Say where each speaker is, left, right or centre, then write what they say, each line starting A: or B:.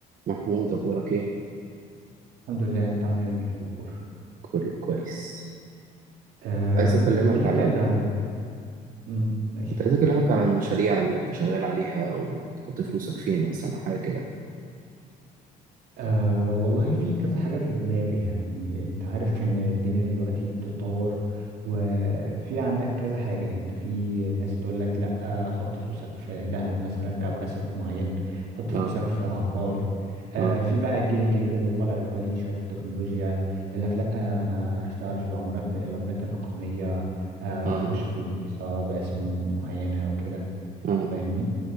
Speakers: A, on the right (about 55°); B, on the right (about 75°).
A: محمود اخبارك ايه
B: الحمد لله انت عامل ايه يا امير إيه الاخبار
A: كله كويس
B: آه
A: عايز اكلمك
B: قول لي
A: على
B: كده امم ماشي
A: كنت عايز اكلمك على المشاريع اللي انت شغال عليها وبتحط فلوسك فين مثلا حاجه كده
B: آه والله في كذا حاجه في دماغي يعني انت عارف ان الدنيا دلوقتي بتتطور وفي عندك كذا حاجه انت في ناس تقول لك لا حط فلوسك في ذهب مثلا او اسيت معين حط فلوسك
A: اه
B: في عقار آه
A: اه
B: في بقى الجيل الجديد اللي طالع اللي هو ليه شويه في التكنولوجيا يقول لك لا انا هشتغل في العملات العملات الرقميه آه،
A: اه
B: اخش في البورصه باسهم معينه او كده
A: اه
B: تفهمني